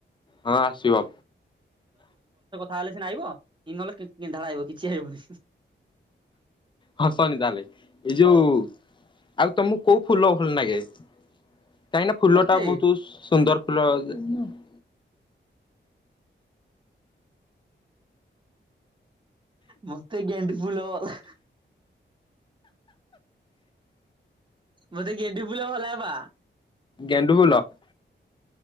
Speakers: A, on the left (about 25°); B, on the right (about 25°).
A: ହଁ ଆସିବ।
B: ତାହେଲେ ସିନା ଆଇବ ନହେଲେ ଧା ଆଇବ କିଛି ଆଇିବନି
A: ହଁ ଶନି ତାହେଲେ ଏଇ ଯୋଉ
B: ହଉ
A: ଆଉ ତମକୁ କୋଉ ଫୁଲ ଭଲ ଲାଗେ କାହିଁକି ଫୁଲ
B: ମତେ
A: ଟା ବହୁତ ସୁନ୍ଦର। ପ <unintelligible>
B: ମତେ ଗେଣ୍ଡୁ ଫୁଲଲା ମତେ ଗଣ୍ଡୁ ଫୁଲ ଭଲ ଲାଗେ ପା
A: ଗେଣ୍ଡୁ ଫୁଲ